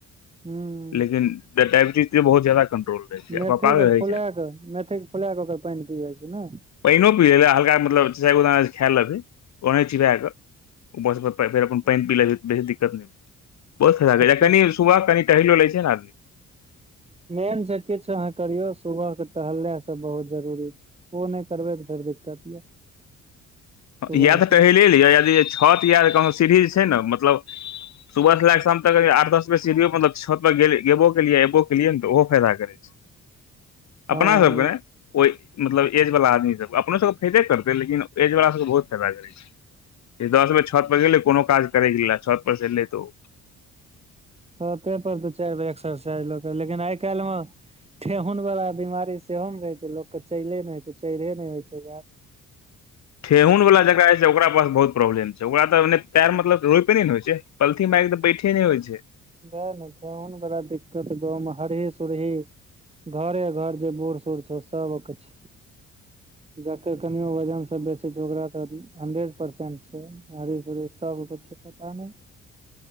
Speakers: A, on the right; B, on the left.
A: हुॅं
B: लेकिन डायबीटीज त बहुत जादा कंट्रोल रहै छै
A: मेथी
B: पापा
A: के
B: रहै
A: फुला
B: छै
A: क मेथी के फुला क ओकर पैन पी जाइ छी ने
B: पैनिओ पी ल लेलए हल्का मतलब चारिगोदाना खेए लेबै ओनाहि चिबा कऽ फेर अपन पैन पी लेलौ दिक्कत नै बहुत‌ खराबी
A: अच्छा
B: <unintelligible> <unintelligible> तहलो लै छै ने आदी
A: मेन छै किछ अहाँ करियौ सुबह के टहलनाईसब बहुत जरूरी छै ओ नै करबै तऽ फेर दिक्कत यऽ सुबह
B: या तऽ टहीलिये
A: के
B: लिअ यदि छत या कहनो सीढ़ी जे छै ने मतलब सुबह ल कऽ शाम तक आठ दस बजे सीडीयो मतब छत गएबो केलियए एबो केलियै ने तऽ ओहो फायदा करै छै
A: हँ
B: अपना सबके नै ओहि मतलब एज वला आदमी सबके अपनो सबके फायदे करतै लेकिन एज वला सबके बहुत फायदा करै छै दस मे छत पर गेलै कोनो काज करैके छत पर सेै तऽ ओ
A: छते पर दु चैर बेर एक्सरसाइज लेकिन आइ कैल मे ठेहुन वालला बीमारी सेहोमे रहै छै लोकके चले नै होइ छै चढ़ए नै होइ छै यार
B: ठेहुन वला जकरा ओकरा पास बहुत प्रॉब्लम छै ओकरा तऽने पैर मतलब रोपे नहि ने होइ छै पलथी मैर तऽ बैठे नै होइ छै
A: वेह ने ठेहुन बड़ा दिक्कत गाँवमे हरही सुरही घरे घर जे बूढ़ सूढ़ छै सब के छै जकर कनियो वजन सब बेचे छै ओकरा तऽ हंड्रेड परसेंट छै हरही सुरही सबके छै पता नै